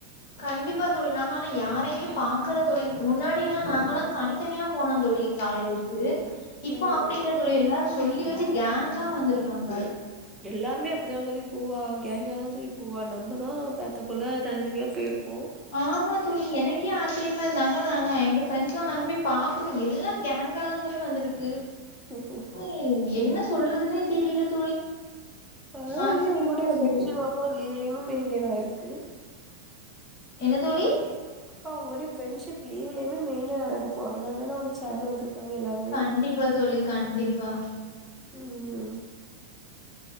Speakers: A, on the left (about 50°); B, in the centre.
A: கண்டிப்பா தோழி நாங்க ஆனா யாரையுமே பாக்கல தோழி முன்னாடிலா நாங்கல்லா தனித்தனியா போனோன் தோழி காலேஜுக்கு இப்ப
B: ம்
A: அப்டி இல்ல தோழி எல்லாரு சொல்லி வச்சி கேங்கா வந்துருக்காங்க
B: எல்லாருமே அப்டிதா தோழி பூவா கேங்கா தா தொழிப் ஊவா நம்ம தா பேத்த புல்ல தனித்தனியா போய்ருப்போ
A: ஆமா தோழி எனக்கே ஆச்சரியமா இருந்த நாங்க நாங்க எங்க ஃப்ரெண்ஸ்லா நாங்க போய் பாக்குறோ எல்லாம் கேங் ங்கா தா தோழி வந்துருக்கு
B: சே சே உம்
A: எங் என்ன சொல்றதுன்னே தெரில தோழி
B: பரவால்லியே
A: ஆச்சரியமா
B: உங்ளுடைய
A: இருந்தது
B: ஃப்ரெண்ட்ஷிவ் அப்போ லீவுலயுமே மெயின்டெய்ன் ஆயிருக்கு
A: என்ன தோழி
B: பா உங்களுடைய ஃப்ரெண்டஷிப் லீவ்லயுமே மெயின்டெய்ன் ஆய்ருக்கோ அதனால தான அவு ச்சி தேந்து வந்துருக்காங்க எல்லாருமே
A: கண்டிப்பா தோழி கண்டிப்பா
B: ம்ம்ம்